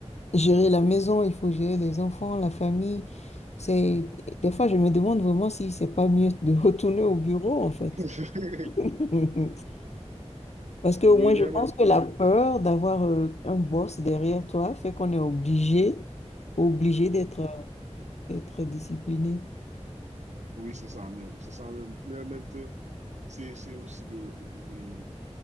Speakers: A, on the left (about 70°); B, on the right (about 80°).
A: gérer la maison, il faut gérer les enfants, la famille. C'est, des fois, je me demande vraiment si c'est pas mieux de <laughs> retourner au bureau, en fait.
B: <laughs>
A: <laughs> Parce que
B: oui,
A: au moins,
B: mais
A: je pense
B: en même
A: que
B: temps,
A: la peur d'avoir euh, un boss derrière toi fait qu'on est obligé, obligé d'être, d'être discipliné.
B: oui, c'est ça même, c'est ça même, mais en même temps, c'est c'est aussi de, eh,